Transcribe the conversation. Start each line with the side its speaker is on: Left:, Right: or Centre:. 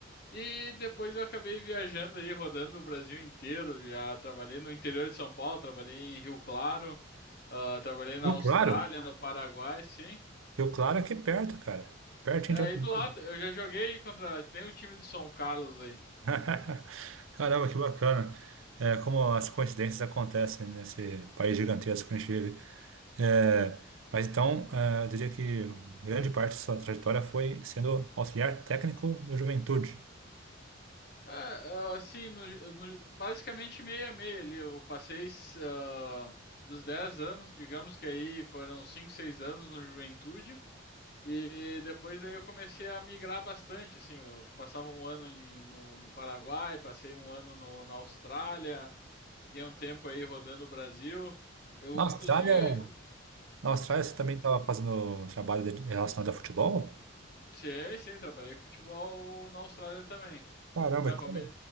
Left: E depois eu acabei viajando aí, rodando o Brasil inteiro. Já trabalhei no interior de São Paulo, trabalhei em Rio Claro, ah, trabalhei na
Right: Rio
Left: Austrália,
Right: Claro?
Left: no Paraguai, sim.
Right: Rio Claro é aqui perto, cara. Pertinho
Left: E aí
Right: de onde eu
Left: do
Right: moro.
Left: lado, eu já joguei contra. Tem o time de São Carlos aí.
Right: <laughs> Caramba, que bacana. É, como as coincidências acontecem nesse país gigantesco que a gente vive. É, mas então, é, eu diria que grande parte de sua trajetória foi sendo auxiliar técnico do Juventude.
Left: É, ah, assim, no- no- basicamente meio a meio ali. Eu passei ah, dos 10 anos, digamos que aí foram 5 6 anos no Juventude. E depois daí eu comecei a migrar bastante, assim, eu passava um ano em- no, no Paraguai, passei um ano no- na Austrália, fiquei um tempo aí rodando o Brasil. Eu,
Right: Na Austrália,
Left: inclusive,
Right: na Austrália você também estava fazendo um trabalho de- relacionado a futebol?
Left: sim, sim, trabalhei com futebol na Austrália também.
Right: Caramba,
Left: É,
Right: e qual,
Left: foi uma